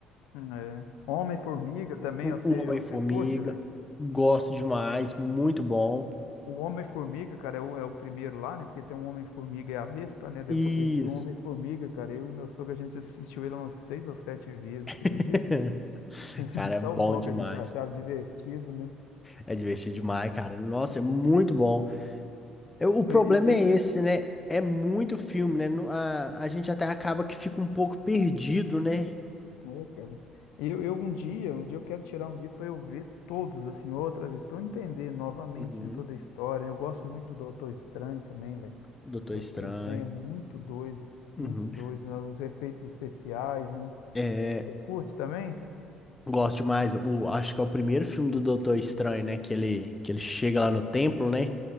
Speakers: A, on the left; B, on the left.
A: Hum, É. Homem-Formiga também,
B: O,
A: você,
B: o Homem-Formiga.
A: você curte, velho?
B: Gosto demais. Muito bom.
A: O Homem-Formiga, cara, é o, é o primeiro lá, né? Porque tem um Homem-Formiga e a Vespa, né? Depois,
B: Isso.
A: esse Homem-Formiga, cara, eu e meu sogro, a gente assistiu ele umas seis ou sete vezes, você
B: <laughs>
A: acredita? <laughs>
B: Cara,
A: De tão
B: é bom
A: bom
B: demais.
A: que a gente achava divertido, né?
B: É divertido demais, cara. Nossa, é muito bom. Eu- o problema
A: E, e,
B: é
A: e que,
B: esse, né? É muito filme, né? Não- A, a gente até acaba que fica um pouco perdido, né?
A: é, cara, eu, eu um dia, um dia eu quero tirar um dia pra eu ver todos, assim, outra vez, pra eu entender novamente,
B: Uhum.
A: né, toda a história. Eu gosto muito do Doutor Estranho também, velho.
B: Doutor
A: Doutor
B: Estranho.
A: Estranho é muito doido,
B: Uhum.
A: muito doido. né, Os efeitos especiais, né?
B: É,
A: Você curte também?
B: gosto demais. O, acho que é o primeiro filme do Doutor Estranho, né? Que ele, que ele chega lá no templo, né?